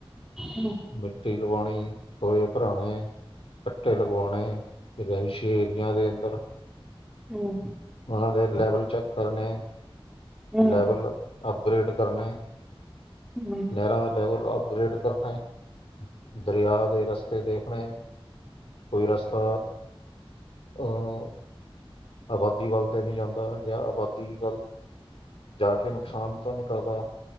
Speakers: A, in the centre; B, on the left.
A: ਹਮ।
B: ਮਿੱਟੀ ਲਵਾਉਣੀ, ਟੋਏ ਭਰਾਣੇ ਗੱਟੇ ਲਗਵਾਣੇ, ਰਿਹਾਇਸ਼ੀ ਏਰੀਆਂ ਦੇ ਅੰਦਰ
A: ਹੂੰ।
B: ਉਹਨਾਂ ਦੇ ਲੈਵਲ ਚੈੱਕ ਕਰਨੇ,
A: ਹੂੰ
B: ਲੈਵਲ ਅਪਗ੍ਰੇਡ ਕਰਨੇ।
A: ਹਮ।
B: ਨਹਿਰਾਂ ਦੇ ਲੈਵਲ ਅਪਗ੍ਰੇਡ ਕਰਨੇ, ਦਰਿਆ ਦੇ ਰਸਤੇ ਦੇਖਣੇ। ਕੋਈ ਰਾਸਤਾ ਆਂ ਆਬਾਦੀ ਵੱਲ ਤੇ ਨਹੀਂ ਜਾਂਦਾ, ਜਾਂ ਆਬਾਦੀ, ਵੱਲ ਜਾ ਕੇ ਨੁਕਸਾਨ ਤਾਂ ਨੀ ਕਰਦਾ।